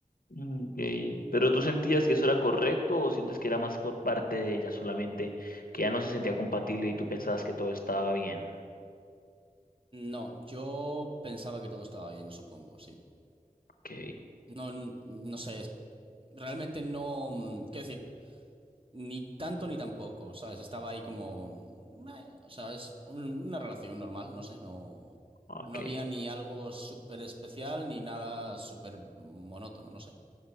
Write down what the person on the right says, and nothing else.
No, yo pensaba que todo estaba bien, supongo, sí.
No, no sé, es- realmente no, mm, quiero decir, Ni tanto ni tampoco, ¿sabes? Estaba ahí como... eh, o sea, es un- una relación normal, no sé, no...
No había ni algo súper especial ni nada súper monótono, no sé.